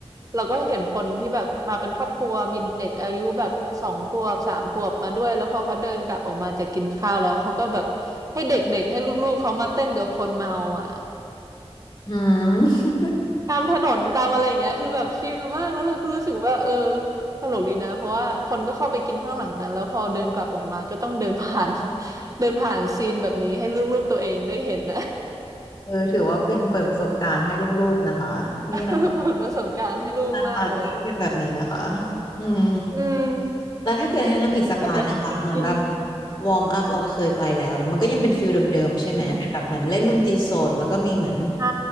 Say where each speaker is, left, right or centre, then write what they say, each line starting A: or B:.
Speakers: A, on the right; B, on the left.
A: เราก็เห็นคนที่แบบมาเป็นครอบครัวมีเด็กอายุแบบสองขวบสามขวบมาด้วยแล้วพอเขาเดินกลับออกมาจากกินข้าวแล้วเขาก็แบบให้เด็กๆให้ลูกๆเขามาเต้นกับคนเมาอ่ะ
B: อืม
A: ตามถนนตามอะไรอย่างเงี้ยคือแบบชิลมากแล้วเราก็รู้สึกว่าเออตลกดีนะเพราะว่าคนก็เข้าไปกินข้างหลังนั้นแล้วพอเดินกลับออกมาก็ต้องเดินผ่าน <laughs> เดินผ่านซีนแบบนี้ให้ลูกๆตัวเองได้เห็นนะ
B: เออถือว่าเป็นเปิดประสบการณ์ให้ลูกๆนะคะนี่นะแบบ
A: <laughs> เปิดประสบการณ์ให้ลูกมากเลยอ่ะ
B: การปาร์ตี้เป็นแบบนี้นะคะอืม
A: อืม
B: แล้วถ้าเกิดให้แนะนำอีกสักร้านหนึงล่ะเหมือนแบบ
A: แบบว่าชิล
B: วอร์มอัพเราเคยไปแล้วเนาะมันก็ยังเป็นฟิลเดิมๆใช่ไหมเป็นแบบเหมือนเล่นดนตรีสดแล้วก็มีเหมือน
A: ๆอืม <laughs> ใช่